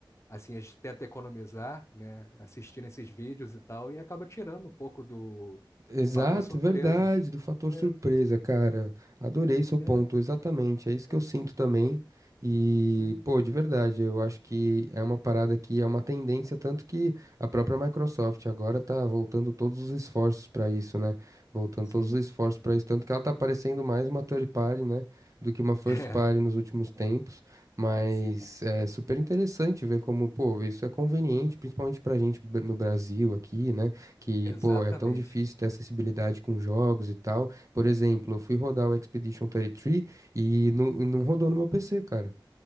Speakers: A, on the left (about 35°); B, on the right (about 40°).
A: assim, a gente tenta economizar, né, assistindo esses vídeos e tal, e acaba tirando um pouco do
B: Exato,
A: fator surpresa.
B: verdade, do fator
A: É,
B: surpresa, cara. Adorei seu ponto,
A: é,
B: exatamente. É isso que
A: é,
B: eu sinto também. E,
A: sim,
B: pô, de verdade, eu acho que é uma parada que é uma tendência, tanto que a própria Microsoft agora tá voltando todos os esforços pra isso, né? Voltando
A: sim,
B: todos os esforços pra isso, tanto que ela tá parecendo mais uma third party, né, do que uma
A: <laughs>
B: first
A: é,
B: party nos últimos tempos. Mas
A: sim,
B: é super interessante ver como, pô, isso é conveniente, principalmente pra gente br- no Brasil aqui, né? que,
A: exatamente.
B: pô, é tão difícil ter acessibilidade com jogos e tal. Por exemplo, eu fui rodar o Expedition 33 e três e não, não rodou no meu PC, cara.